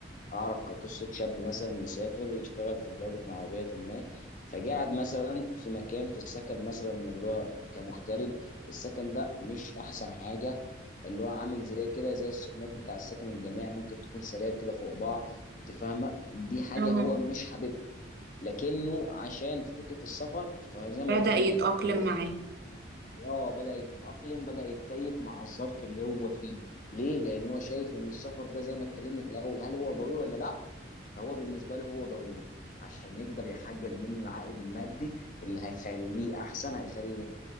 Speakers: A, on the left (about 45°); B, on the right (about 55°).
A: أعرف كقصة شاب مثلا مسافر يشتغل في دولة عربية ما فقاعد مثلا في مكان في السكن مثلا اللي هو كمغترب السكن ده مش أحسن حاجة اللي هو عامل زي كده زي السكنات بتاع السكن الجامعي ممكن تكون سراير كده فوق بعض انت فاهمه دي حاجه
B: حقيقي
A: هو مش حاببها لكنه عشان في فكره السفر فزي ما
B: بدأ
A: قلت
B: يتأقلم
A: لك هو
B: معاه
A: اه بدأ يتأقلم بدأ يتكيف مع الظرف اللي هو فيه ليه؟ لأن هو شايف إن السفر ده زي ما اتكلمنا في الأول هل هو ضروري ولا لأ؟ فهو بالنسبه له هو ضروري عشان يقدر يحقق منه العائد المادي اللي هيخليه احسن هيخلي